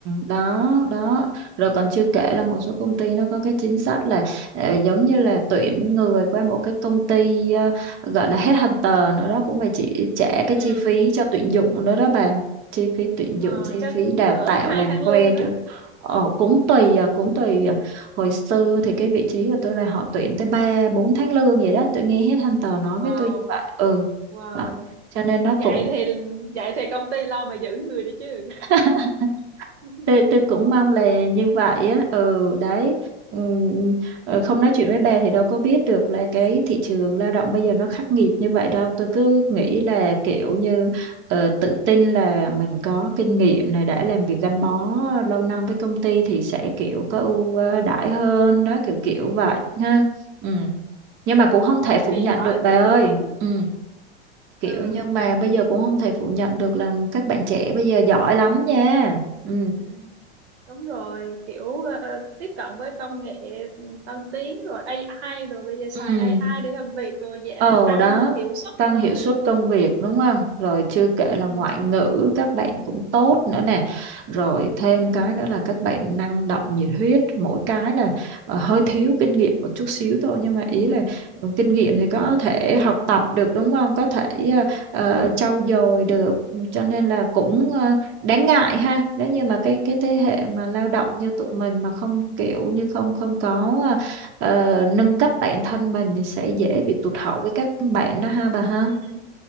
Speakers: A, on the right; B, on the right.
A: đó
B: Ừ.
A: đó rồi còn chưa kể là một số công ty nó có cái chính sách là ờ, giống như là tuyển người qua một cái công ty ờ, gọi là headhunter nữa đó cũng phải chỉ trả cái
B: Ừ.
A: chi phí cho tuyển dụng nữa đó bà chi phí tuyển
B: Ờ,
A: dụng chi
B: chắc
A: phí đào
B: cỡ
A: tạo
B: hai
A: làm
B: tháng
A: quen
B: lương
A: rồi
B: á.
A: ờ, cũng tùy
B: Ừ.
A: à, cũng tùy à. hồi xưa thì cái vị trí của tôi là họ tuyển tới ba bốn tháng lương vậy đó tôi nghe headhunter nói
B: Wow,
A: với tôi như vậy ừ
B: wow.
A: đó cho nên nó
B: Vậy
A: cũng
B: thì vậy thì công ty lo mà giữ người đi chứ.
A: <laughs>
B: <laughs>
A: tôi tôi cũng
B: Ừ.
A: mong là như vậy á ừ đấy Ừm, ờ, không nói chuyện với bà thì đâu có biết được là cái thị trường lao động bây giờ nó khắc nghiệt như vậy đâu tôi cứ nghĩ là kiểu như ờ, tự tin là mình có kinh nghiệm này đã làm việc gắn bó lâu năm với công ty thì sẽ kiểu có ưu ờ, đãi hơn đó kiểu kiểu vậy
B: Ừ.
A: ha ừ. nhưng
B: Ừ.
A: mà cũng không thể phủ
B: Thì
A: nhận
B: giỏi
A: được bà
B: thì giỏi.
A: ơi ừ. kiểu
B: Ừ.
A: nhưng mà bây giờ cũng không thể phủ nhận được là các bạn trẻ bây giờ giỏi lắm nha ừ
B: Ừ. đúng rồi kiểu ờ, tiếp cận với công nghệ tân tiến rồi AI rồi bây giờ xài
A: Ừ,
B: AI để làm việc rồi dạ,
A: Ờ
B: tăng
A: đó,
B: hiệu suất
A: tăng
B: rồi
A: hiệu
B: nữa
A: suất công việc đúng không? Rồi chưa kể là
B: ừ.
A: ngoại ngữ các bạn cũng tốt nữa nè. Rồi thêm
B: Ừ.
A: cái nữa là các bạn năng động nhiệt huyết, mỗi cái là ờ, hơi thiếu kinh nghiệm một chút xíu thôi nhưng mà ý là ừ, kinh nghiệm thì có thể học tập được đúng không? Có thể ờ, ờ, trau dồi được cho nên là cũng ờ, đáng ngại ha. Nếu như mà cái cái thế hệ
B: Ừ.
A: mà lao động như tụi mình mà không kiểu như không không có ờ, ờ, nâng cấp bản thân mình thì sẽ dễ bị
B: Ừ.
A: tụt hậu với các bạn đó ha bà ha
B: Ừ,